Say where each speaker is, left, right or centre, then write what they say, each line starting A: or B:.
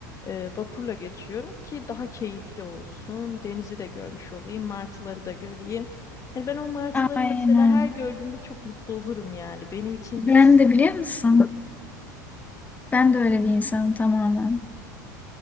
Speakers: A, on the left; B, on the left.
A: Eee, vapurla geçiyorum ki daha keyifli olsun. Denizi de görmüş olayım, martıları da göreyim. Yani ben o martıları
B: Aynen.
A: mesela her gördüğümde çok mutlu olurum yani. Benim için
B: Ben
A: hiç
B: de biliyor musun? Ben de öyle bir insanım tamamen.